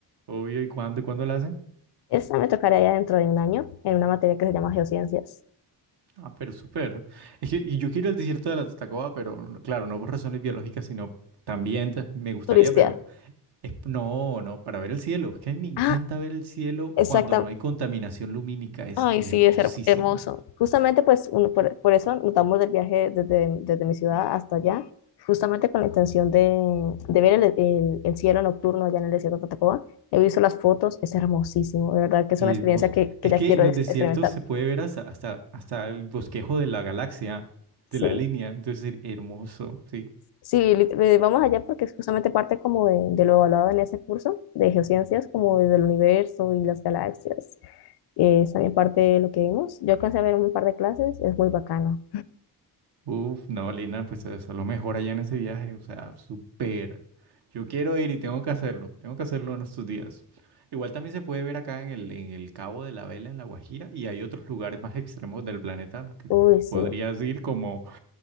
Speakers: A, on the right; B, on the left.
A: Obvio, ¿y cuándo? ¿Y cuándo lo hacen?
B: Esa me tocará ya dentro de un año, en una materia que se llama Geociencias,
A: Ah, pero súper. Es que y yo quiero el desierto de la Tatacoa, pero claro, no por razones biológicas, sino también te- me gustaría,
B: turistear.
A: pero es, no, no, para ver el cielo. Es que a mí me
B: Ah,
A: encanta ver el cielo
B: exacta,
A: cuando no hay contaminación lumínica. Es
B: Ay,
A: hermosísimo.
B: sí, es her- hermoso. Justamente, pues, uno- por, por eso notamos del viaje desde, desde mi ciudad hasta allá, justamente con la intención de, de ver el, el- el cielo nocturno allá en el desierto de Tatacoa. He visto las fotos, es hermosísimo, de verdad que es
A: Hermoso.
B: una experiencia que, que
A: Es
B: ya
A: que
B: quiero
A: en los
B: ex-
A: desiertos
B: experimentar.
A: se puede ver hasta, hasta, hasta el bosquejo de la galaxia,
B: Sí,
A: de la línea. Entonces, her- hermoso. sí.
B: sí, li- eh, vamos allá porque es justamente parte como de, de lo hablado en ese curso de geociencias, como desde el universo y las galaxias. Eh, es también parte de lo que vimos. Yo alcancé a ver un par de clases, es muy bacano.
A: Uf, no, Lina, pues eso es lo mejor allá en ese viaje, o sea, súper. Yo quiero ir y tengo que hacerlo, tengo que hacerlo en estos días. Igual también se puede ver acá en el, en el Cabo de la Vela, en La Guajira, y hay otros lugares más extremos del planeta a los que
B: Uy, sí.
A: podrías ir, como,